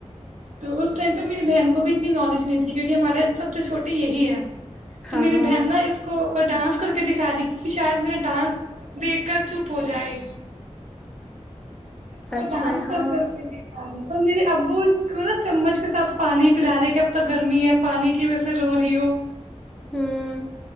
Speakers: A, on the right; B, in the centre.
A: تو اس ٹائم پر میری بہن کو بھی اتنی نالج نہیں تھی کیونکہ ہمارا سب سے چھوٹی یہی ہے تو
B: ہاں
A: میری بہن نہا اس کو ڈانس کر کے دکھا دی کہ شاید میرا ڈانس دیکھ کر چھپ ہو جائے اس
B: سچ
A: کو ڈانس
B: میں ہاں
A: کر کر کے اور میرے ابو اس کو نا چمچ کے ساتھ پانی پلا رہے کہ اب تک گرمی ہے پانی کی وجہ سے رو رہی ہو
B: ہاں